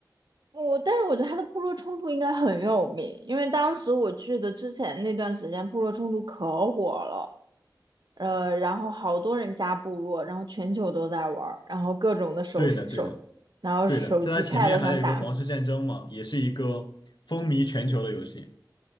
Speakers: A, on the right (about 70°); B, on the left (about 75°).
A: 我但是我觉得他的部落冲突应该很有名，因为当时我记得之前那段时间部落冲突可火了，呃，然后好多人加部落，然后全球都在玩儿然后各种的手手，
B: 对的，对的，
A: 然后手机
B: 对的，在它前面还有一个《皇室战争》嘛，
A: pad 上打。
B: 也是一个风靡全球的游戏。